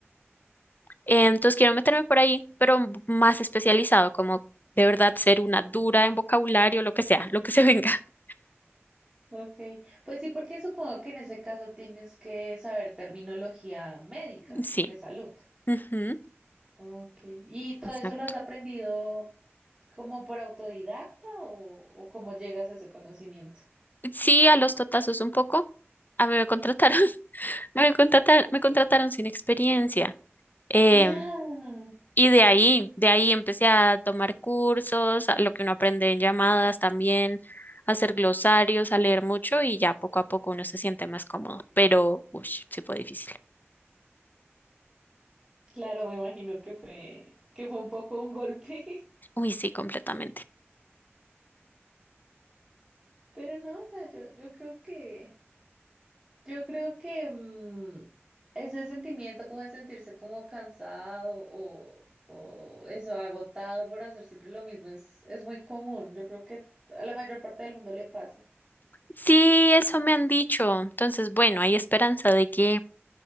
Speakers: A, on the left; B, on the right.
A: Eh, Entonces quiero meterme por ahí, pero m- más especializado, como de verdad ser una dura en vocabulario, lo que sea, lo que se venga. <laughs>
B: ok. Pues sí, porque supongo que en ese caso tienes que saber terminología médica
A: Sí.
B: de salud.
A: Ujú.
B: Ok. ¿Y todo
A: Exacto.
B: eso lo has aprendido como por autodidacta o, o cómo llegas a ese conocimiento?
A: Sí, a los totazos un poco. A mí me contrataron, <laughs> me contrataron, me contrataron sin experiencia. Em,
B: Ah,
A: Y de ahí, de ahí empecé a tomar cursos, a lo que uno aprende en llamadas también, a hacer glosarios, a leer mucho y ya poco a poco uno se siente más cómodo. Pero, uy, sí fue difícil.
B: claro, me imagino que fue, que fue un poco un golpe. <laughs>
A: Uy, sí, completamente.
B: Pero no, o sea, yo, yo creo que Yo creo que mm, ese sentimiento como de sentirse como cansado o, o eso, agotado por hacer siempre lo mismo, es, es muy común. Yo creo que a la mayor parte del mundo le pasa.
A: Sí, eso me han dicho. Entonces, bueno, hay esperanza de que,